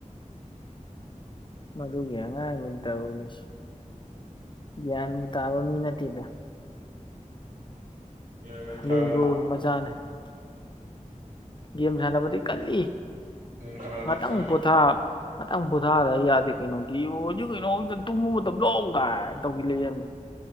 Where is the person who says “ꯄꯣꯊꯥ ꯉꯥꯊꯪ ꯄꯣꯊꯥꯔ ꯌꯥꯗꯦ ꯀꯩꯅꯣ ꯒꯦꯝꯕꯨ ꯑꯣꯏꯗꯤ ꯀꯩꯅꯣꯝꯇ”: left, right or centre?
Left